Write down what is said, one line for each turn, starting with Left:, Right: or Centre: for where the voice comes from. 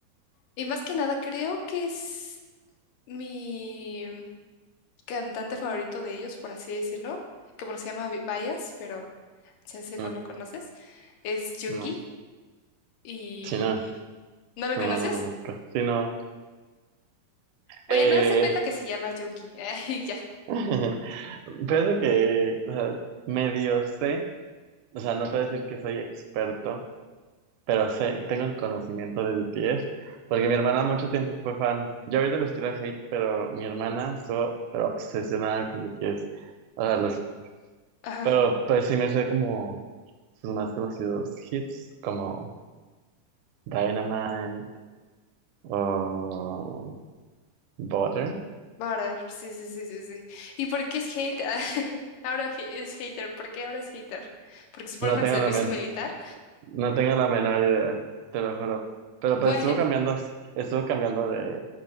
Left: y más que nada, creo que es mi cantante favorito de ellos, por así decirlo, que bueno, se llama Bi- Bias, pero chance
Right: Mm,
Left: no lo conoces. Es Jungi
Right: No.
Left: y...
Right: Si no,
Left: ¿No lo
Right: no
Left: conoces?
Right: lo conozco. Si no,
Left: Bueno,
Right: eh...
Left: hace cuenta que se llama Junkie. <laughs> Ay, ya.
Right: <laughs> fíjate que, o sea, medio sé, o sea, no te voy a decir que soy experto, pero sé, tengo el conocimiento de BTS, porque mi hermana mucho tiempo fue fan. Yo ahorita les tiro hate, pero mi hermana estuvo pero obsesionada con BTS. O sea, los,
Left: Ajá.
Right: pero pues sí me sé como sus más conocidos hits, como Dynamite o Butter.
Left: Butter. Sí, sí, sí, sí, sí. ¿Y por qué es hate? Ah, <laughs> Ahora he- es hater. ¿Por qué ahora es hater? Porque si fueron
Right: No tengo
Left: al servicio
Right: la men-
Left: militar.
Right: no tengo la menor idea, te lo juro. Pero
Left: Bueno,
Right: pues estuvo cambiando, as- estuvo cambiando de,